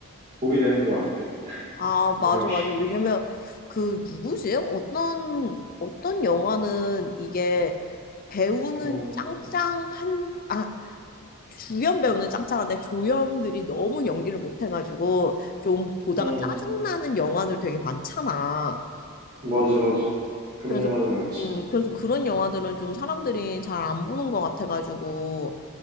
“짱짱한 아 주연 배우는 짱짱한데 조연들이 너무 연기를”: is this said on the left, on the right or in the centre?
Left